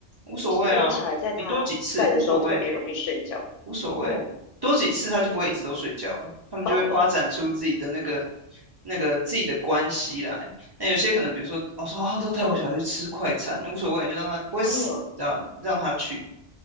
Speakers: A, on the right; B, on the left.
A: 无所谓啊，
B: 就是而且小孩在他在的时候特别容易睡觉。
A: 你多几次无所谓。无所谓，
B: 哦，
A: 多几次他就不会一直都睡觉了，他们就会发展出自己的那个
B: 好，
A: 那个自己的关系来。那有些可能，比如说，哦说啊，
B: <laughs>
A: 都带我小孩去吃快餐，
B: 嗯
A: 那无所谓，你就让他不会死，
B: 嗯，
A: 让让他去，